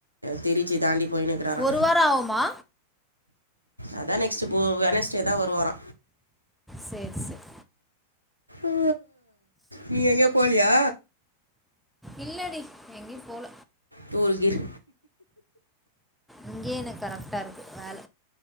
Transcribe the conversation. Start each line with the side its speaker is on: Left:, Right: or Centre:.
Right: திருச்சி தாண்டி போயின்னு இக்கிறாரா
Centre: ஒரு வாரோ ஆகுமா
Right: அதா இன்னிக் ஸ்போ வெனஸ்டே தா வருவாரா
Centre: சேரி சேரி
Right: அ நீங்க எங்க போலியா
Centre: இல்லடி எங்கயு போல
Right: தூர்கிர்
Centre: இங்கயே எனக்கு கரெக்டா இருக்கு வேல